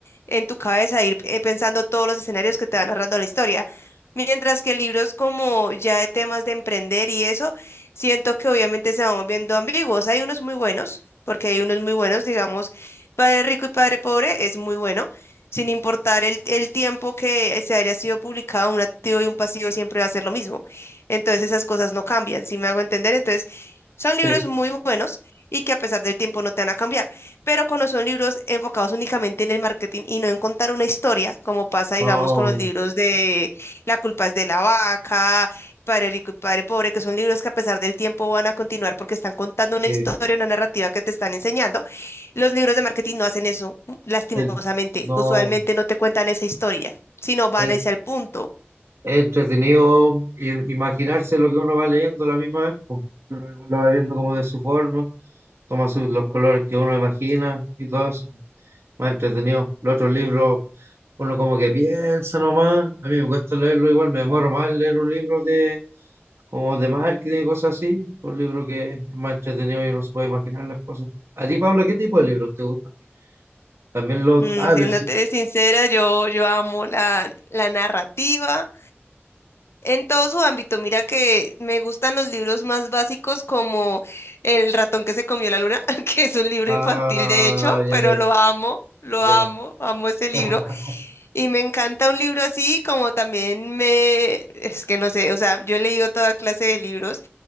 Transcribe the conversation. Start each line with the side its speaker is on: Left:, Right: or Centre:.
Left: en tu cabeza, ir eh, pensando todos los escenarios que te va narrando la historia. Mientras que libros como ya de temas de emprender y eso, siento que obviamente se van volviendo ambiguos. Hay unos muy buenos, porque hay unos muy buenos, digamos, Padre Rico y Padre Pobre es muy bueno. Sin importar el, el tiempo que se haya sido publicado, un activo y un pasivo siempre va a ser lo mismo. Entonces esas cosas no cambian, si me hago entender. Entonces son
Right: Sí,
Left: libros muy buenos y que a pesar del tiempo no te van a cambiar. Pero cuando son libros enfocados únicamente en el marketing y no en contar una historia, como pasa, digamos,
Right: no,
Left: con los libros de La culpa es de la vaca, Padre rico y Padre pobre, que son libros que a pesar del tiempo van a continuar porque están contando una
Right: sí.
Left: historia, una narrativa que te están enseñando. Los libros de marketing no hacen eso, lastimosamente.
Right: el- no,
Left: Usualmente no te cuentan esa historia, sino van
Right: es,
Left: a irse al punto.
Right: es entretenido i- imaginarse lo que uno va leyendo a la misma vez. pues. Uno igual lo va viendo como de su forma, toma su- los colores que uno imagina y todo eso. más entretenido. Los otros libros, uno como que piensa nomás. A mí me cuesta leerlo igual, me demoro más en leer un libro de como de marketing y cosas así. Un libro que es más entretenido y uno se puede imaginar las cosas. A ti, Paula, ¿qué tipo de libros te gustan? También los...
Left: No,
Right: Ah,
Left: siéndote
Right: del- sí.
Left: sincera, yo, yo amo la, la narrativa en todo su ámbito. Mira que me gustan los libros más básicos como El ratón que se comió la luna, <laughs> que es un libro
Right: Ah,
Left: infantil de hecho,
Right: ya,
Left: pero lo amo, lo
Right: ya,
Left: amo, amo ese libro.
Right: ya. <laughs>
Left: Y me encanta un libro así como también me, es que no sé, o sea, yo he leído toda clase de libros.